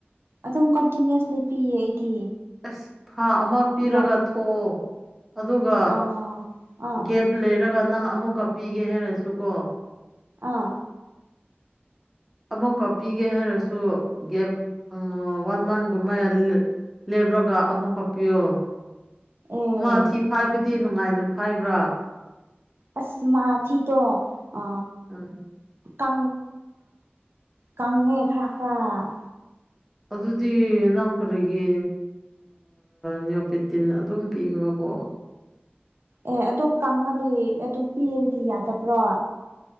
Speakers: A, on the right; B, in the centre.
A: ꯑꯗꯨꯝ ꯀꯟꯇꯤꯅꯨꯁꯅꯤ ꯄꯤꯌꯦ ꯑꯩꯗꯤ
B: ꯑꯁ ꯊꯥ ꯑꯃ ꯄꯤꯔꯒ
A: ꯌꯥꯗꯦ
B: ꯊꯣꯛꯑꯣ ꯑꯗꯨꯒ
A: ꯑꯥ ꯑꯥ
B: ꯒꯦꯞ ꯂꯩꯔꯒ ꯅꯪ ꯑꯃꯨꯛꯀ ꯄꯤꯒꯦ ꯍꯥꯏꯔꯁꯨ ꯀꯣ
A: ꯑꯥ
B: ꯑꯃꯨꯛꯀ ꯄꯤꯒꯦ ꯍꯥꯏꯔꯁꯨ ꯒꯦꯞ ꯋꯥꯟ ꯃꯟꯒꯨꯝꯕ ꯂꯦꯕ꯭ꯔꯒ ꯑꯃꯨꯛ ꯀꯞꯄꯤꯌꯣ
A: ꯑꯦ
B: ꯃꯥꯊꯤ ꯐꯥꯏꯕꯗꯤ ꯅꯨꯡꯉꯥꯏꯅ ꯐꯥꯏꯕ꯭ꯔꯥ
A: ꯑꯁ ꯃꯥꯊ ꯇꯣ ꯑ
B: ꯎꯝ
A: ꯀ ꯀꯪꯉ ꯈꯔ ꯈꯔ
B: ꯑꯗꯨꯗꯤ ꯅꯪꯈꯔꯤꯒꯤ ꯅꯤꯌꯣꯄꯦꯇꯤꯟ ꯑꯗꯨꯝ ꯄꯤꯕ꯭ꯔꯣꯀꯣ ꯑꯣ
A: ꯑꯦ ꯑꯗꯨ ꯀꯪꯉꯗꯤ ꯑꯗꯨ ꯄꯤꯔꯗꯤ ꯌꯥꯗꯕ꯭ꯔꯣ